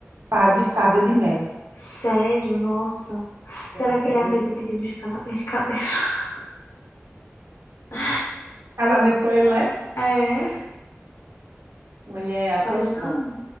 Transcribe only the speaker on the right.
padre Fábio de Mello.
Sério.
Casamento com ele,
né?
Mulher, ah, pois
pronto,